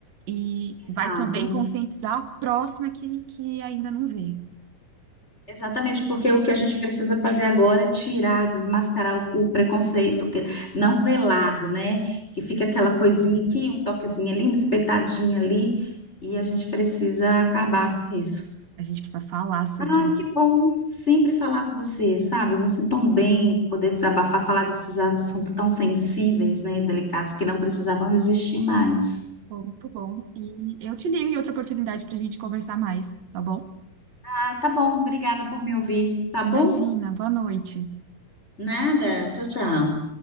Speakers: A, on the right; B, on the left.
A: e
B: Exato.
A: vai também conscientizar a próxima que, que ainda não vê.
B: Exatamente, porque o que a gente precisa fazer agora é tirar, desmascarar o, o preconceito, que não velado, né? Que fica
A: Uhum.
B: aquela coisinha aqui, um toquezinho ali, uma espetadinha ali, e a gente precisa acabar com isso.
A: A gente precisa falar sobre
B: Ai,
A: isso.
B: que bom sempre falar com você, sabe? Eu me sinto tão bem poder desabafar, falar desses assuntos tão sensíveis, né? Delicados que não precisavam existir mais.
A: Bom, muito bom. E eu te ligo em outra oportunidade para a gente conversar mais, tá bom?
B: Ah, tá bom, obrigada por me ouvir, tá bom?
A: Imagina, boa noite.
B: Nada, tchau, tchau.